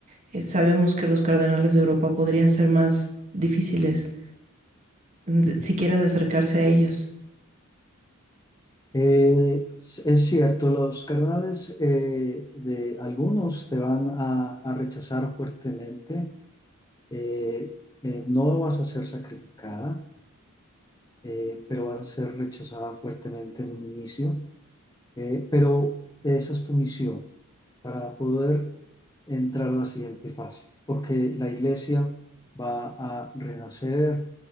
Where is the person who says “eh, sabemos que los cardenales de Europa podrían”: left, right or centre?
Right